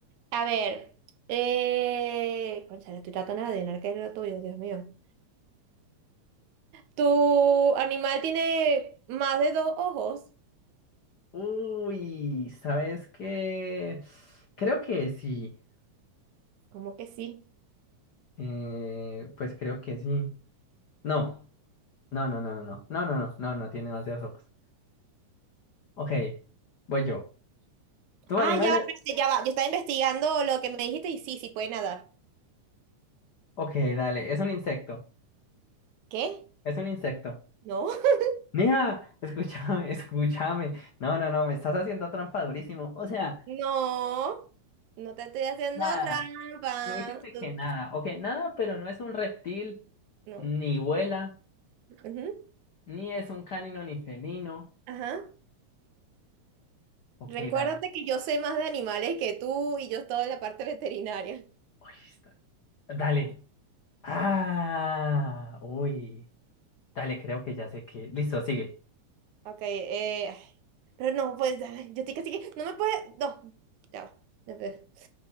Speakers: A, on the right; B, on the left.
A: A ver, eh... cónchale, estoy tratando de adivinar qué es lo tuyo, Dios mío. ¿Tu animal tiene más de dos ojos?
B: Uy, ¿sabes qué? Creo que sí.
A: ¿Cómo que sí?
B: Eh, pues creo que sí. No, no, no, no, no, no, no, no, no, no, no tiene demasiados ojos. Ok, voy yo. ¿Tu
A: Ah,
B: animal
A: ya va,
B: es-
A: espérate, ya va. Yo estaba investigando lo que me dijiste y sí, sí puede nadar.
B: Ok, dale, es un insecto.
A: ¿Qué?
B: Es un insecto.
A: No. <laughs>
B: Mija, escúchame, <laughs> escúchame. No, no, no, me estás haciendo trampa durísimo. O sea,
A: No. No te estoy haciendo
B: nada.
A: trampa.
B: Tú dijiste
A: Tú-
B: que nada. Ok, nada, pero no es un reptil,
A: No.
B: ni vuela,
A: Ujú.
B: ni es un canino ni felino.
A: Ajá.
B: Ok,
A: Recuérdate
B: dale.
A: que yo sé más de animales que tú y yo estoy en la parte veterinaria.
B: Uy, está- Dale. Ah, uy. Dale, creo que ya sé que. Listo, sigue.
A: Ok, eh, ay, pero no, pues, ay, yo estoy casi que sí, no me puede, no, ya va. ya te-